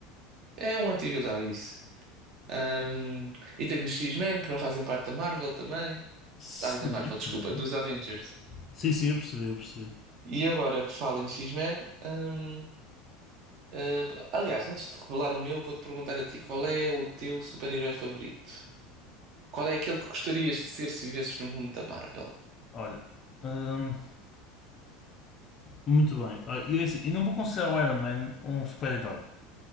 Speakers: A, on the right; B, on the left.
A: É um anti-vilão, isso. Ahm, e tens os X-Men que não fazem parte da Marvel também.
B: Sim,
A: Ai, da Marvel, desculpa,
B: também.
A: dos Avengers.
B: Sim, sim, eu percebi, eu percebi.
A: E agora que falo em X-Men. ahm, ah, aliás, antes de revelar o meu, vou-te perguntar a ti: qual é o teu super-herói favorito? Qual é aquele que gostarias de ser se vivesses no mundo da Marvel?
B: Olha, hum, muito bem. Olha, eu, é assim, eu não vou considerar o Iron Man um super-herói,